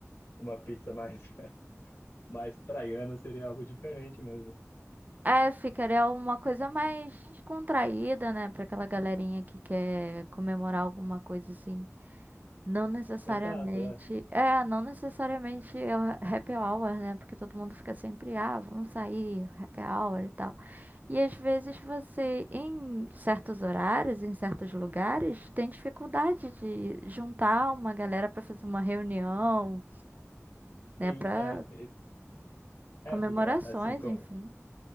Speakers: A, on the left; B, on the right.
A: uma pizza mais, <laughs> mais praiana seria algo diferente mesmo.
B: É, ficaria uma coisa mais descontraída, né? Pra aquela galerinha que quer comemorar alguma coisa assim. Não necessariamente.
A: Exato, é.
B: É, não necessariamente é o happy hour, né? Porque todo mundo fica sempre, ah, vamos sair, happy hour e tal. E às vezes você, em certos horários, em certos lugares, tem dificuldade de juntar uma galera pra fazer uma reunião, né?
A: Sim,
B: Pra
A: é. É,
B: comemorações,
A: porque a- assim, como,
B: enfim.